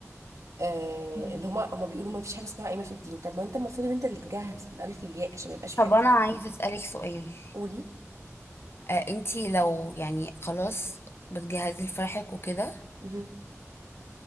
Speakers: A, on the right (about 80°); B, on the left (about 50°).
A: آه
B: مم.
A: اللي هما هما بيقولوا ما فيش حاجه اسمها قايمه في الدين طب ما انت المفروض ان انت اللي تجهز من الف للياء عشان ما يبقاش في
B: طب
A: حاجه اسمها
B: أنا عايزة
A: قايمه
B: أسألك سؤال
A: قولي
B: آه، أنتي لو يعني خلاص بتجهزي لفرحك وكده
A: مهم.